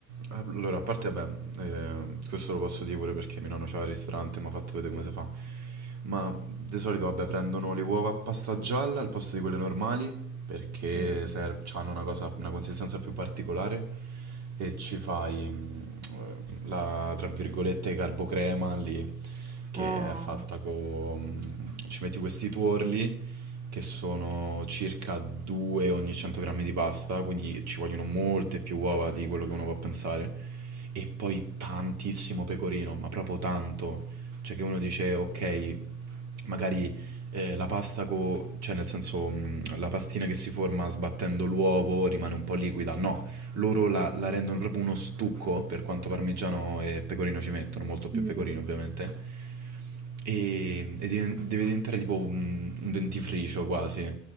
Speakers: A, on the right (about 40°); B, on the right (about 15°).
A: allora, a parte, beh, eh, questo lo posso dire pure perché mio nonno c'ha il ristorante e mi ha fatto vedere come si fa, ma di solito, vabbè, prendono le uova a pasta gialla al posto di quelle normali, perché
B: Mm.
A: ser- hanno una cosa, una consistenza più particolare, e ci fai, mm, la, tra virgolette, carbocrema lì, che
B: Ah.
A: è fatta con... ci metti questi tuorli, che sono circa 2 ogni 100 grammi di pasta, quindi ci vogliono molte più uova di quello che uno può pensare, e poi tantissimo pecorino, ma proprio tanto. Cioè che uno dice, ok, magari eh, la pasta, co- cioè nel senso mm, la pastina che si forma sbattendo l'uovo rimane un po' liquida, no loro la, la rendono proprio uno stucco, per quanto parmigiano e pecorino ci mettono, molto più
B: Mm.
A: pecorino ovviamente, e, e diven- deve diventare tipo un, un dentifricio quasi,